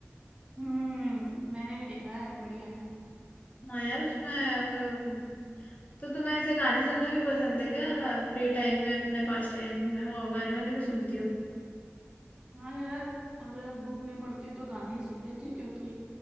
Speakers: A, on the right; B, on the left.
A: हम्म मैंने भी देखा है बढ़िया है
B: हाँ यार उसमें वो- तो तुम्हें ऐसे गाने सुनना भी पसंद है क्या फ्री टाइम में अपने पास टाइम में और गाने वाने भी सुनती हो
A: हाँ यार अगर बुक नहीं पढ़ती हूँ तो गाने ही सुन लेती हूँ क्योंकि